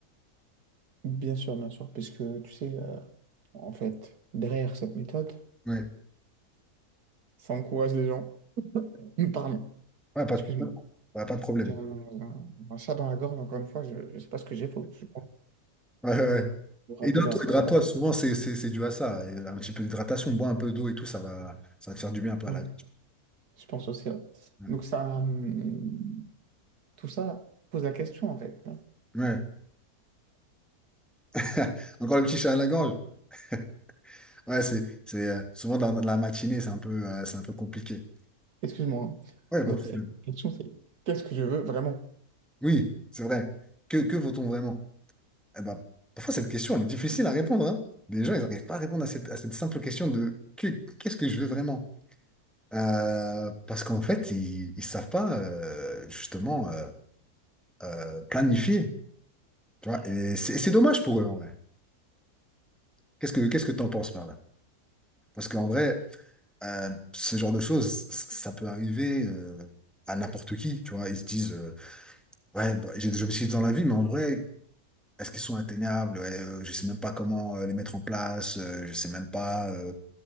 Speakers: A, on the right; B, in the centre.
A: Bien sûr, bien sûr, parce que, tu sais, euh, en fait, derrière cette méthode,
B: Ouais,
A: ça encourage les gens. Hum, Pardon,
B: Ouais, pas,
A: excuse-moi,
B: de- ouais, pas de problème.
A: j'ai un, un- un chat dans la gorge, encore une fois, je ne sais pas ce que j'ai, faut, je pense
B: Ouais, ouais, ouais.
A: vous rappeler
B: Hydrate-toi,
A: après.
B: hydrate-toi. Souvent, c'est c'est- c'est dû à ça. Et Un petit peu d'hydratation, bois un peu d'eau et tout, ça va, ça va te faire du bien un peu
A: Ouais,
B: à la...
A: je pense aussi. ouais.
B: Ouais.
A: Donc ça, hum, tout ça pose la question, en fait.
B: Ouais. <laughs> Encore le petit chat à la gorge. <laughs> Ouais, c'est c'est, euh, souvent dans la matinée, c'est un peu, euh, c'est un peu compliqué.
A: Excuse-moi.
B: Ouais, pas
A: Donc,
B: de problème.
A: cette question, c'est qu'est-ce que je veux vraiment?
B: Oui, c'est vrai. Que, que vaut-on vraiment? Eh ben, parfois, cette question, elle est difficile à répondre. hein. Les gens, ils n'arrivent pas à répondre à cette, à cette simple question de que- qu'est-ce que je veux vraiment? Euh, parce qu'en fait, ils ne savent pas euh, justement euh, euh, planifier. Tu vois? Et c'est et c'est dommage pour eux, en vrai. Qu'est-ce que qu'est-ce que t'en penses par là? Parce qu'en vrai, euh, ce genre de choses, c- ça peut arriver euh, à n'importe qui. Tu vois? Ils se disent euh, Ouais, bah, j'ai des objectifs dans la vie, mais en vrai. Est-ce qu'ils sont atteignables? Ouais, euh, je sais même pas comment euh, les mettre en place. euh, je sais même pas euh,